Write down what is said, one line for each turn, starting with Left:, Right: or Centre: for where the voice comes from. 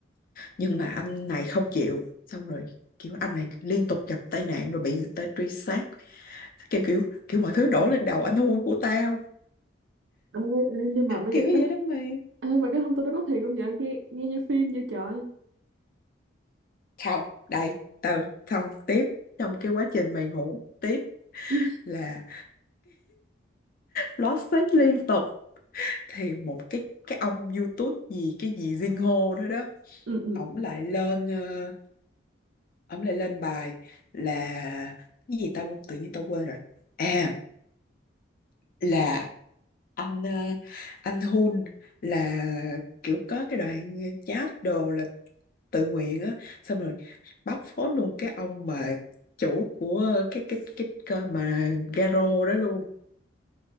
Left: nhưng mà anh này không chịu xong rồi kiểu anh này liên tục gặp tai nạn rồi bị người ta truy sát kiểu kiểu kiểu mọi thứ đổ lên đầu anh hôn của tao
Right: Ê, ê, nhưng mà bây
Left: kiểu
Right: giờ
Left: vậy
Right: cái
Left: đó mày
Right: ê, mà cái thông tin đó có thiệt không vậy nghe nghe như phim vậy trời
Left: không đây tao xong tiếp trong cái quá trình mày ngủ tiếp
Right: <laughs>
Left: là lót xét liên tục thì một cái cái ông YouTube gì cái gì Jin Ho nữa đó
Right: ừ ừ
Left: ổng lại lên ờ, ổng lại lên bài là cái gì tao tự nhiên tao quên rồi à là anh ờ, anh Hun là kiểu có cái đoạn chat đồ là tự nguyện á xong rồi bóc phốt luôn cái ông mà chủ của cái cái cái kênh mà Garo đó luôn